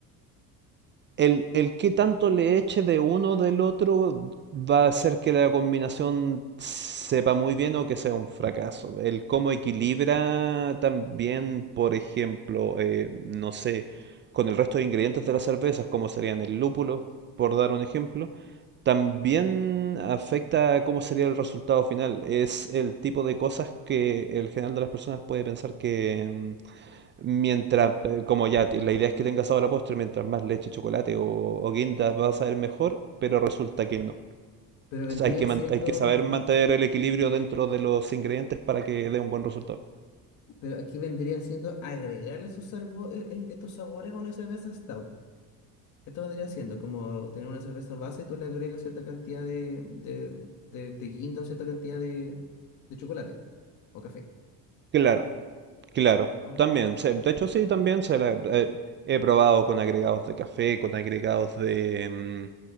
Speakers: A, on the right; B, on the left.
A: El, el qué tanto le eche de uno del otro va a hacer que la combinación sepa muy bien o que sea un fracaso. El cómo equilibra también, por ejemplo, eh, no sé, con el resto de ingredientes de las cervezas, como serían el lúpulo, por dar un ejemplo, también afecta a cómo sería el resultado final. Es el tipo de cosas que el general de las personas puede pensar que, mm, Mientras, eh, como ya, ti- la idea es que tenga sabor a postre, mientras más leche, chocolate o, o guinda va a saber mejor, pero resulta que no.
B: pero vendría
A: O sea, hay que,
B: siendo,
A: man- hay que saber mantener el equilibrio dentro de los ingredientes para que dé un buen resultado.
B: pero aquí vendría siendo agregarle sus sarbo- e- e- estos sabores a una cerveza stout. Esto vendría siendo como tener una cerveza base y tú le agregas cierta cantidad de, de, de, de guinda o cierta cantidad de, de chocolate o café.
A: Claro, claro,
B: Mm,
A: también. se- de hecho, sí, también se la, eh, he probado con agregados de café, con agregados de, mm,